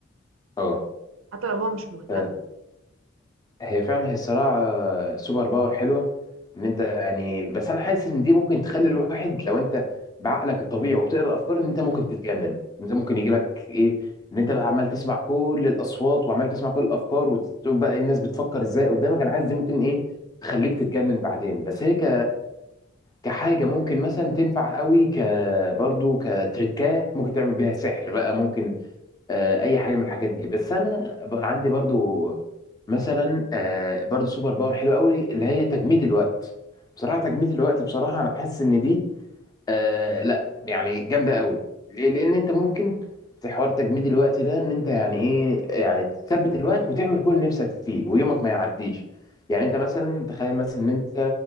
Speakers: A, on the left; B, on the right.
A: اه
B: حتى لو هو مش مهتم
A: آه، هي فعلا هي الصراحة سوبر باور حلوة ان انت يعني بس انا حاسس ان دي ممكن تخلي الواحد لو انت بعقلك الطبيعي وبتقرا افكار ان انت ممكن تتجنن انت ممكن يجي لك ايه ان انت بقى عمال تسمع كل الاصوات وعمال تسمع كل الافكار وتشوف بقى إيه الناس بتفكر ازاي قدامك انا حاسس دي ممكن ايه تخليك تتجنن بعدين بس هي ك كحاجة ممكن مثلا تنفع قوي ك برضه كتركاية ممكن تعمل بيها سحر بقى ممكن آه، اي حاجه من الحاجات دي بس انا ب- عندي برضو مثلا آه، برضو سوبر باور حلو قوي اللي هي تجميد الوقت بصراحه تجميد الوقت بصراحه انا حاسس ان دي آه لا يعني جامده قوي ليه لان انت ممكن في حوار تجميد الوقت ده ان انت يعني ايه يعني تثبت الوقت وتعمل كل اللي نفسك فيه ويومك ما يعديش يعني انت مثلا تخيل مثلا ان انت